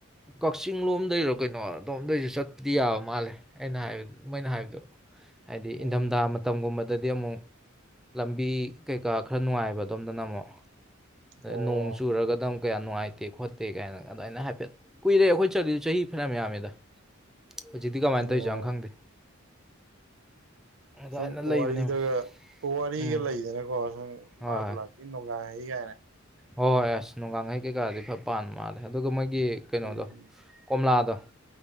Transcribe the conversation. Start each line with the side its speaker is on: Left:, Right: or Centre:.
Centre: ꯀꯛꯆꯤꯡ ꯂꯣꯝꯗꯩꯔꯕꯛ ꯀꯩꯅꯣ ꯑꯗꯣꯝꯗꯩꯁꯨ ꯆꯠꯄꯗꯤ ꯌꯥꯕ ꯃꯥꯜꯂꯦ ꯑꯩꯅ ꯍꯥꯏꯕ ꯃꯩꯅ ꯍꯥꯏꯕꯗꯣ ꯍꯥꯏꯗꯤ
Right: ꯎꯝ
Centre: ꯏꯪꯊꯝꯊꯥ ꯃꯇꯝꯒꯨꯝꯕꯗ ꯑ ꯗꯗꯗꯤ ꯑꯃꯨꯛ ꯂꯝꯕꯤ ꯀꯩꯀꯥ ꯈꯔ ꯅꯨꯡꯉꯥꯏꯕ ꯑꯗꯣꯝꯗꯅ ꯑꯃꯨꯛ
Right: ꯑꯣ
Centre: ꯅꯣꯡ ꯆꯨꯔꯒꯗꯨ ꯀꯌꯥ ꯅꯨꯡꯉꯥꯏꯇꯦ ꯈꯣꯠꯇꯦ ꯀꯥꯏꯅ ꯑꯗꯨꯗꯃꯥꯏꯅ ꯍꯥꯏꯐꯦꯠ ꯀꯨꯏꯔꯦ ꯑꯩꯈꯣꯏ ꯆꯂꯤ ꯆꯍꯤ ꯐꯤꯅ ꯌꯥꯝꯃꯤꯗ ꯍꯧꯖꯤꯛꯇꯤ ꯀꯃꯥꯏꯅ
Right: ꯑꯣ
Centre: ꯇꯧꯔꯤꯁꯦꯅꯣ ꯈꯪꯗꯦ ꯑꯗꯨꯃꯥꯏꯅ
Right: ꯁꯨꯝ
Centre: ꯂꯩꯕꯅꯦꯕ
Right: ꯋꯥꯔꯤꯗꯒ ꯋꯥꯔꯤꯒ
Centre: ꯎꯝ
Right: ꯂꯩꯗꯅꯀꯣ ꯁꯨꯝ ꯏꯃꯥ
Centre: ꯍꯣꯏ
Right: ꯈꯨ ꯂꯥꯛꯄꯤ ꯅꯨꯡꯒꯥꯏ ꯁꯍꯤꯒꯔꯦ
Centre: ꯍꯣꯏ ꯍꯣꯏ ꯑꯁ ꯅꯨꯡꯗꯥꯡꯈꯩ ꯀꯩꯀꯥꯗꯤ ꯐꯠ ꯄꯥꯥꯟ ꯃꯥꯜꯂꯦ ꯑꯗꯨꯒ ꯃꯣꯏꯒꯤ ꯀꯩꯅꯣꯗꯣ
Right: ꯎꯝ
Centre: ꯀꯣꯝꯂꯥꯗꯣ <inaudible>